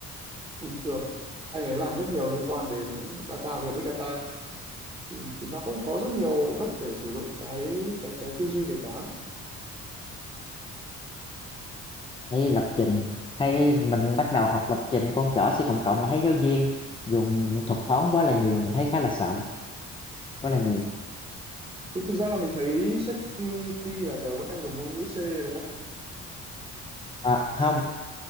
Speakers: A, on the right; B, on the left.
A: bình thường anh ấy làm rất nhiều liên quan đến data về big data thì thì nó cũng có rất nhiều đất để sử dụng cái cái cái tư duy về toán
B: hay lập trình hay mình bắt đầu học lập trình con chỏ C cộng cộng mà thấy giáo viên dùng thuật toán quá là nhiều mình thấy khá là sợ quá là
A: Ừ.
B: nhiều
A: Thực thực ra là mình thấy security là giờ vẫn đang dùng ngôn ngữ C đúng không?
B: à, không